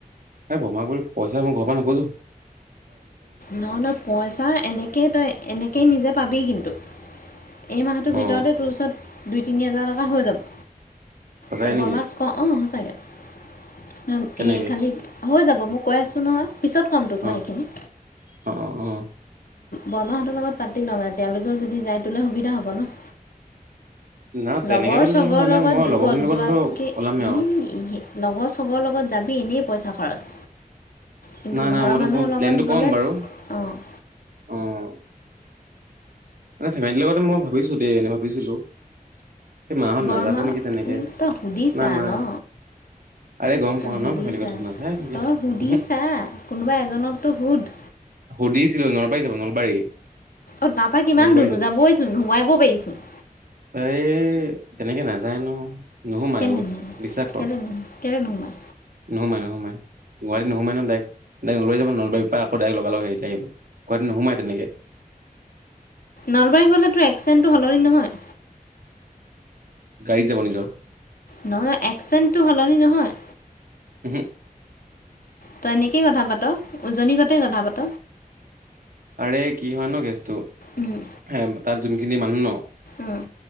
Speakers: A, on the right; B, on the left.
A: এই বমা কৰি পইচা মই ঘৰ পৰা নোখোজোঁ।
B: নহয়, নহয় পইচা এনেকেই তই এনেকেই নিজে পাবি কিন্তু। এই মাহটোৰ ভিতৰতে
A: অ',
B: তোৰ ওচৰত দুই-তিনি হাজাৰ টকা হৈ যাব।
A: সঁচাই
B: ত
A: নেকি
B: বমাক ক অঁ সঁচাকে।
A: কেনেকে
B: এই খালি হৈ যাব মই কৈ আছো নহয়। পিছত কম তোক
A: অ',
B: মই সেইখিনি।
A: অ, অ।
B: বৰৰ্মাহঁতৰ লগত পাতি লওঁ মানে তেওঁলোকেও যদি যায় তোলে সুবিধা হ'ব ন?
A: না তেনেকে
B: লগৰ
A: বুলি
B: চবৰ
A: নহয় মানে
B: লগত
A: মই লগৰখিনিৰ
B: গ'ল
A: লগত
B: যোৱাতকে
A: হ'লেও ওলামেই
B: ই
A: আৰু
B: লগৰ চবৰ লগত যাবি। এনেই পইচা খৰচ। কিন্তু
A: নাই
B: ঘৰৰ
A: নাই মই তোক
B: মানুহৰ
A: মই
B: লগত
A: প্লেনটো ক'ম
B: গ'লে
A: বাৰু
B: অ'
A: অ'। ফেমিলিৰ লগতে মই ভাবিছো দেই, এনেই ভাবিছিলো। সেই মাহঁত
B: বৰৰ্মা
A: নাযাব নেকি তেনেকে
B: তই সুধিছা
A: না না
B: ন?
A: আৰে গম
B: তই
A: পাও
B: সুধিছা,
A: ন ফেমিলি কথা নাযায় এনেকে
B: তই সুধিছা
A: উহু
B: কোনোবা এজনকতো সুধ।
A: সুধিছিলো নলবাৰী যাব নলবাৰী।
B: অ তাৰপা কিমান
A: নলবাৰী
B: দূৰ
A: যাব
B: নো যাবইচোন সোমাব পাৰিছোন।
A: তাই তেনেকে নাযায় ন। নোসোমায়
B: কেলেনো
A: অঔ বিশ্বাস কৰ
B: কেলেনো কেলে নোসোমাই
A: নোসোমাই নোসোমায় গুৱাহাটীত নহুমাই ন নলবাৰী যাব নলবাৰীৰ পৰা আকৌ। লগাল লগ হেৰি আহিব কোৱাদিন নো সোমাই তেনেকে।
B: নলবাৰী গ'লেতোৰ এক্সিডেণ্টো সলনি নহয়।
A: গাড়ীত যাব নিজৰ।
B: নহয় একচেণ্টটো সলনি নহয়।
A: উম - হুম।
B: তই এনেকেই কথা পাত উজনি কতে কথা পাত।
A: আৰে কি হয় ন কেছটো।
B: উম
A: হে তাৰ যোনখিনি মানুহ।
B: উম